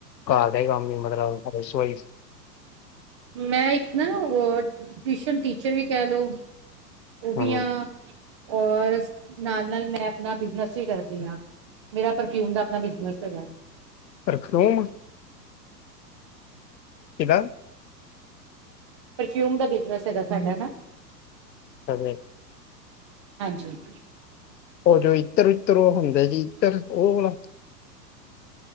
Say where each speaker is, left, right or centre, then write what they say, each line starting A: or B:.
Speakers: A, on the left; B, on the right.
A: ਘਰ ਦੇ ਕੰਮ ਹੀ ਮਤਲਬ ਰਸੋਈ ਚ'।
B: ਮੈਂ ਇੱਕ ਨਾ ਓ, ਟਿਊਸ਼ਨ ਟੀਚਰ ਵੀ ਕਹਿ ਲੋ। ਉ ਵੀ
A: ਹਾਂ
B: ਆ, ਔਰ ਨਾਲ-ਨਾਲ ਮੈਂ ਆਪਣਾ ਬਿਜ਼ਨਸ ਵੀ ਕਰਦੀ ਆ। ਮੇਰਾ ਪਰਫਿਊਮ ਦਾ ਆਪਣਾ ਬਿਜ਼ਨਸ ਹੈਗਾ ਆ।
A: ਪਰਖਰੂਮ। ਕਿੱਦਾਂ।
B: ਪਰਫਿਊਮ ਦਾ ਬਿਜ਼ਨਸ ਹੈਗਾ ਸਾਡਾ ਨਾ।
A: ਹਾਂਜੀ।
B: ਹਾਂਜੀ।
A: ਓ ਜੋ ਇੱਤਰ-ਉਤਰ ਓ ਹੁੰਦਾ ਜੀ, ਇੱਤਰ ਓ ਵਾਲਾ।